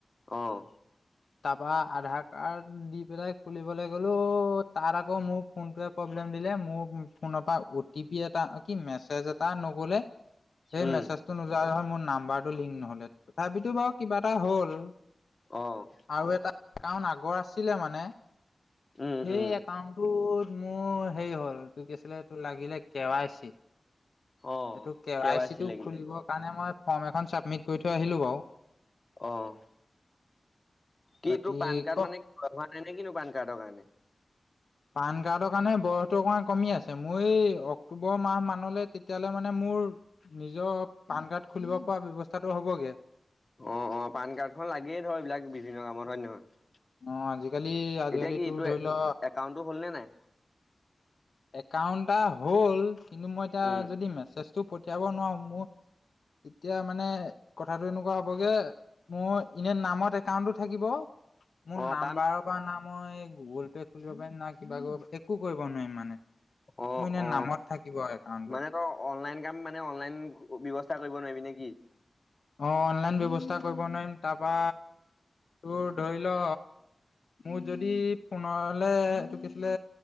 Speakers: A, on the left (about 35°); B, on the left (about 70°).
A: অঁ।
B: তাৰপা আধাৰ কাৰ্ড দি পেলাই খুলিবলৈ গ'লো তাত আকৌ মোৰ ফোনটোৱে প্ৰব্লেম দিলে মোৰ ফোনৰ পৰা উ টিপি এটা কি মেছেজ এটা নগ'লে সেই
A: উম
B: মেছেজ নোযোৱাৰ যহত মোৰ নাম্বাৰটো লিংক নহ'লে, তথাপিতো বাৰু কিবা এটা হ'ল।
A: অ'।
B: আৰু এটা একাউণ্ট আগৰ আছিলে মানে,
A: উম
B: সেই
A: উম
B: একাউন্টটোত মোৰ হেৰি হ'ল তোৰ কি আছিলে তোৰ লাগিলে কে ৱাই চি। এইটো
A: অ
B: কে ৱাই চিটো
A: চি লাগিলে
B: খুলিবৰ কাৰণে
A: অ
B: মই ফৰ্ম এখন চাবমিট কৰি থৈ আহিলোঁ বাৰু।
A: অ'। কি
B: বাকী
A: তোৰ পান কাৰ্ড
B: ক
A: মানে হোৱা নাই নে কিনো পান কাৰ্ডৰ কাৰণে?
B: পান কাৰ্ডৰ কাৰণে বয়সটো অকণমান কমি আছে। মোৰ এই অক্টোবৰ মাহ মানলৈ তে তেতিয়াহলে মানে মোৰ নিজৰ পান কাৰ্ড খুলিব পৰা ব্যয়ৱস্থাটো হ'বগে।
A: অ' অ' পান কাৰ্ডখন লাগেই ধৰ এইবিলাক বিভিন্ন কামত হয় নে নহয়?
B: অ' আজিকালি আজিকালি
A: এতিয়া কি
B: তোৰ
A: এইটো
B: ধৰি ল
A: একাউণ্টটো হ'ল নে নাই
B: একাউন্ট এটা হ'ল, কিন্তু মই এতিয়া
A: উম
B: যদি মেছেজটো পঠিয়াব নোৱাৰো, মোৰ তেতিয়া মানে কথাটো এনেকুৱা হ'বগে, মোৰ এনে নামত একাউণ্টো থাকিব মোৰ
A: অ
B: নাম্বাৰৰ
A: কাম
B: পৰা না মই গুগ'ল পে খুলিব পাৰিম না কিবা কৰিব একো কৰিব নোৱাৰিম মানে।
A: অ
B: মোৰ এনেই
A: অ
B: নামত থাকিব একাউণ্টটো।
A: মানে তই অনলাইন কাম মানে অনলাইন ব্যৱস্থা কৰিব নোৱাৰিবি নে কি?
B: অ' অনলাইন ব্যৱস্থা কৰিব নোৱাৰিম, তাৰপা তোৰ ধৰি ল মোৰ যদি ফোনলে এইটো কি আছিলে,